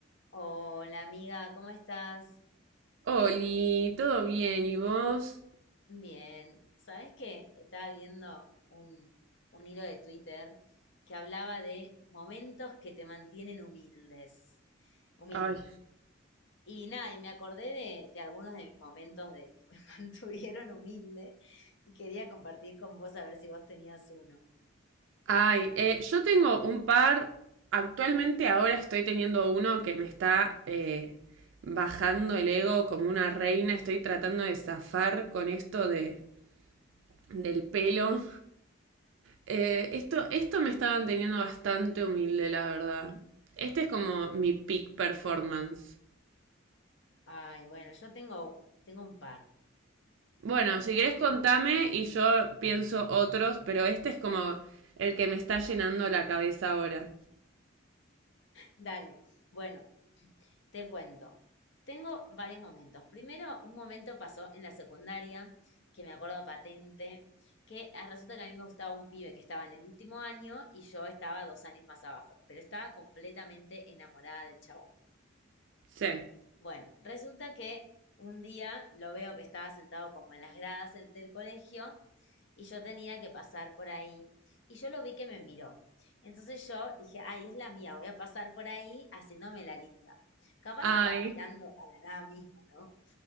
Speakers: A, on the left; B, on the right.
A: Hola amiga, ¿cómo estás?
B: Oli, ¿todo bien? ¿Y vos?
A: Bien. ¿Sabes qué? Estaba viendo un, un hilo de Twitter que hablaba de momentos que te mantienen humildes. Humilde.
B: Ay,
A: Y nada, y me acordé de, de algunos de mis momentos de que me <laughs> mantuvieron humilde y quería compartir con vos a ver si vos tenías uno.
B: ay, eh, yo tengo un par, actualmente ahora estoy teniendo uno que me está eh, bajando el ego como una reina, estoy tratando de zafar con esto de, del pelo. Eh, esto, esto me estaba manteniendo bastante humilde, la verdad. Este es como mi peak performance.
A: Ay, bueno, yo tengo, tengo un par.
B: Bueno, si querés contame y yo pienso otros, pero este es como el que me está llenando la cabeza ahora.
A: Dale. Bueno, Te cuento. Tengo varios momentos. Primero, un momento pasó en la secundaria, que me acuerdo patente, que ah, resulta que a mí me gustaba un pibe que estaba en el último año y yo estaba dos años más abajo, pero estaba completamente enamorada del chabón.
B: Sí.
A: Bueno, resulta que un día lo veo que estaba sentado como en las gradas del, del colegio y yo tenía que pasar por ahí y yo lo vi que me miró. Entonces yo dije, ay, es la mía, voy a pasar por ahí haciéndome la linda. Capaz
B: Ay,
A: estaba mirando a la nada misma, ¿no?